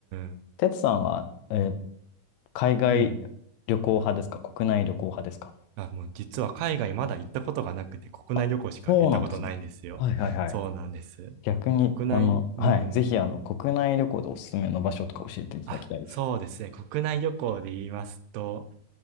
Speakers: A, on the right; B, on the left.
A: ん。
B: テツさんは、えー海外
A: うん。
B: 旅行派ですか国内旅行派ですか
A: あ、もう実は海外まだ行ったことがなくて国内旅行しか行ったことないんですよ。
B: あそうなんですね。はいはいはい。
A: そうなんです。
B: 逆に、
A: 国内、
B: あの、はい、
A: うん。
B: ぜひ、あの、国内旅行でおすすめの場所とか教えていただきたいです。
A: あ、そうですね。国内旅行で言いますと、